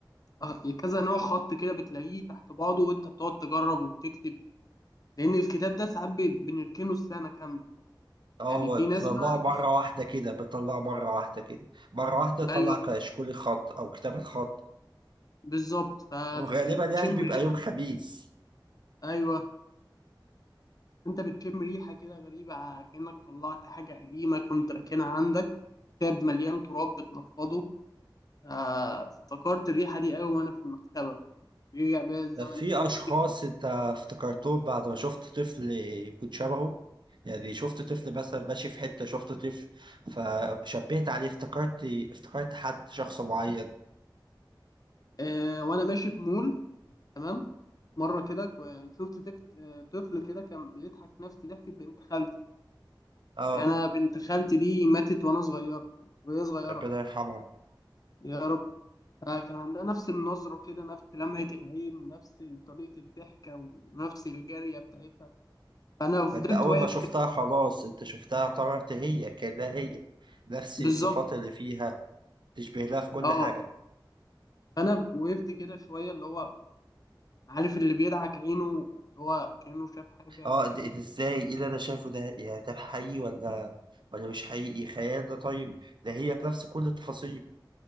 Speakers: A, on the left; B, on the right.
A: آه، كذا نوع خط كده بتلاقيه تحت بعضه وأنت بتقعد تجرب وبتكتب لأن الكتاب ده ساعات بي- بنركنه السنة كاملة
B: اه
A: يعني
B: هو
A: في
B: بتطلعه
A: ناس ما
B: مرة واحدة كده بتطلعه مرة واحدة كده مرة واحدة تطلع
A: أيوه
B: كشكول الخط أو كتابة الخط
A: بالظبط فبتشم
B: وغالبا يعني بيبقى
A: ريحة
B: يوم خميس
A: أيوه أنت بتشم ريحة كده غريبة كأنك طلعت حاجة قديمة كنت راكنها عندك كتاب مليان تراب بتنفضه آه، افتكرت الريحة دي قوي وأنا في المكتبة رجع بيا الزمن
B: ده في
A: سنين
B: اشخاص انت افتكرتهم بعد ما شفت طفل كنت شبهه يعني شفت طفل مثلا ماشي في حتة شفت طفل فشبهت عليه افتكرت افتكرت حد شخص معين
A: آه، وأنا ماشي في مول تمام مرة كده كو- شفت تف- آه، طفل كده كان بيضحك نفس ضحكة بنت خالتي
B: اه
A: أنا بنت خالتي دي ماتت وأنا صغيرة وهي صغيرة
B: ربنا يرحمها
A: يا رب آه، كان عندها نفس النظرة كده نفس لمعة العين نفس طريقة الضحكة ونفس الجارية بتاعتها فأنا فضلت
B: انت اول
A: واقف
B: ما شفتها
A: كده
B: خلاص انت شفتها اعتبرت هي كأنها هي نفس
A: بالظبط
B: الصفات اللي فيها تشبه لها في كل
A: اه
B: حاجة
A: فأنا وقفت كده شوية اللي هو عارف اللي بيدعك عينه هو كأنه شاف حاجة
B: اه
A: عايز-
B: ده ده ازاي ايه اللي انا شايفه ده يعني ده حقيقي ولا ولا مش حقيقي خيال ده طيب ده هي بنفس كل التفاصيل